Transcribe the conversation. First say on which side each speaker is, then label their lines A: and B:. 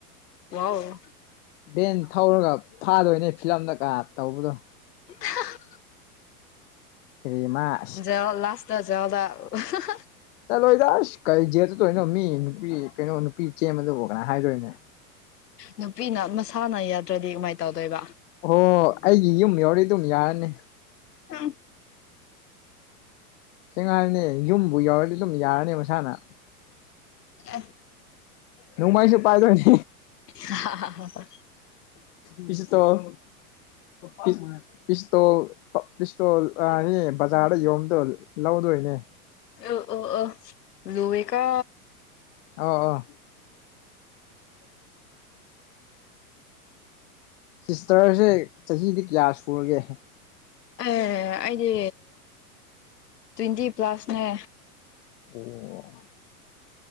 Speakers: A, on the left; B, on the left.
A: ꯋꯥꯎ
B: ꯚꯦꯟ ꯊꯧꯔꯒ ꯐꯥꯗꯣꯢꯅꯦ ꯐꯤꯂꯝꯗ ꯀ ꯇꯧꯕꯗꯣ
A: <unintelligible>
B: ꯀꯔꯤꯃ
A: <unintelligible>
B: ꯆꯠꯂꯣꯢꯗ ꯑꯁ ꯀꯔꯤ ꯖꯦꯠ ꯆꯠꯇꯣꯢꯅꯣ ꯃꯤ ꯅꯨꯄꯤ ꯀꯩꯅꯣ ꯅꯨꯄꯤ ꯆꯦꯟꯃꯗꯕ ꯀꯅꯥ ꯍꯥꯢꯗꯣꯢꯅꯦ
A: ꯅꯨꯄꯤꯅ ꯃꯁꯥꯅ ꯌꯥꯗ꯭ꯔꯗꯤ ꯀꯃꯥꯢꯅ ꯇꯧꯗꯣꯢꯕ
B: ꯑꯣ ꯑꯩꯒꯤ ꯌꯨꯝ ꯌꯥꯎꯔꯤ ꯑꯗꯨꯝ ꯌꯥꯔꯅꯤ
A: <unintelligible>
B: ꯆꯦꯡꯉꯥꯢꯔꯅꯦ ꯌꯨꯝꯕꯨ ꯌꯥꯎꯔꯗꯤ ꯑꯗꯨꯝ ꯌꯥꯔꯅꯤ ꯃꯁꯥꯅ
A: ꯑꯦ
B: ꯅꯣꯡꯃꯥꯢꯁꯨ ꯄꯥꯢꯗꯣꯢꯅꯦ
A: <unintelligible>
B: ꯄꯤꯁꯨꯇꯣꯜ ꯄꯤꯁ ꯄꯤꯁꯇꯣꯜ ꯄꯤꯁꯇꯣꯜ ꯑꯅꯤ ꯕꯖꯥꯔꯗ ꯌꯣꯟꯕꯗ ꯂꯧꯗꯣꯢꯅꯦ
A: ꯑꯧ ꯑꯧ ꯑꯧ ꯂꯨꯋꯦ ꯀꯣ
B: ꯑꯣ ꯑꯣ <inaudible> <inaudible> ꯁꯤꯁꯇꯔꯁꯦ ꯆꯍꯤꯗꯤ ꯀꯌꯥ ꯁꯨꯔꯒꯦ
A: ꯑꯦ ꯑꯩꯗꯤ ꯇ꯭ꯋꯦꯟꯇꯤ ꯄ꯭ꯂꯁꯅꯦ
B: ꯑꯣ